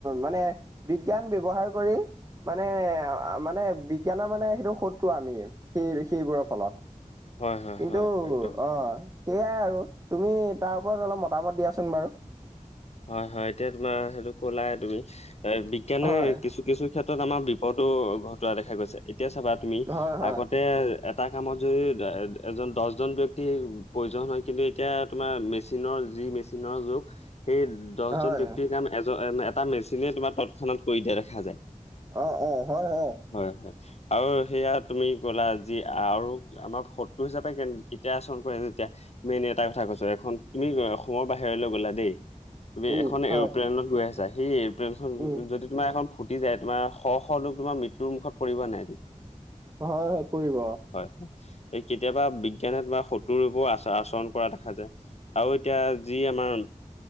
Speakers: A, on the right (about 25°); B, on the left (about 50°).
A: মানে বিজ্ঞান ব্যৱহাৰ কৰি মানে, মানে বিজ্ঞানৰ মানে সেইটো শত্ৰু আমি। সেই ঋষিবোৰৰ ফলত,
B: হয় হয়
A: কিন্তু
B: হয় একদম
A: অ সেয়াই আৰু তুমি তাৰ ওপৰত অলপ মতামত দিয়াচোন বাৰু?
B: হয়, হয় এতিয়া তোমাৰ সেইটো কলাই তুমি, এ বিজ্ঞানৰ
A: হয়,
B: কিছু কিছু ক্ষেত্ৰত আমাৰ বিপদো ঘটোৱা দেখা গৈছে, এতিয়া চাবা তুমি
A: হয়, হয়,
B: আগতে এ এটা কামত যদি এজন দহজন ব্যক্তিৰ প্ৰয়োজন হয়, কিন্তু এতিয়া তোমাৰ মেচিনৰ যি মেচি চিনৰ যুগ। সেই দহজন
A: হয়,
B: ব্যাক্তিৰ কাম এটা মেচিনে তোমাক তৎক্ষণাত কৰি দিয়া দেখা যায়।
A: অ'অ' হয়, হয়।
B: হয়, হয়। আৰু সেয়া তুমি কলা যি আৰু আমাক শত্ৰু হিচাপে কেতিয়া আচৰণ কৰে যেতিয়া মেইন এটা কথা কৈছো, এখন তুমি অসমৰ বাহিৰলে গ'লা দেই তুমি
A: উম,
B: এখন এৰপ্লেনত
A: হয়,
B: গৈ আছা, সেই এৰপ্লেনখন
A: উম,
B: যদি তোমাৰ এখন ফুটি যায়, তোমাৰ শ শ লোক তোমাৰ মৃত্যুৰ মুখত পৰিব নাই
A: হয়, হয় পৰিব।
B: হয়, এ কেতিয়াবা বিজ্ঞানে তোমাৰ শত্ৰুৰূপেও আচৰণ কৰা দেখা যায়। আৰু এতিয়া যি আমাৰ